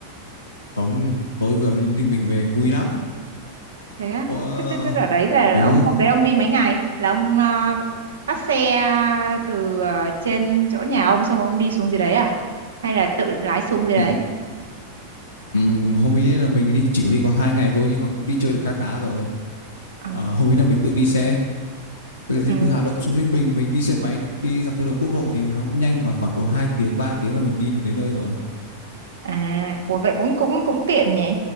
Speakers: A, on the left; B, on the right.
A: không, tôi vừa mới đi Ninh Bình về vui lắm.
B: thế á
A: Tôi, ờ,
B: thế, thế, thế ở đấy là
A: ừ,
B: ông hôm đấy ông đi mấy ngày là ông ờ, bắt xe từ ờ, trên chỗ nhà ông xong ông đi xuống dưới đấy à hay là tự lái xuống dưới đấy
A: ừm, ừm, hôm ấy là mình đi chỉ có đi có hai ngày thôi nhưng mà cũng đi chơi được khá khá rồi.
B: à,
A: Ờ, hôm ấy là mình tự đi xe từ,
B: ừ,
A: từ Hà Nội xuống Ninh Bình mình đi xe máy đi dọc theo đường quốc lộ thì nó cũng nhanh thôi mà khoảng độ 2 tiếng 3 tiếng là mình đi được đến nơi rồi.
B: à ủa vậy cũng cũng cũng tiện nhỉ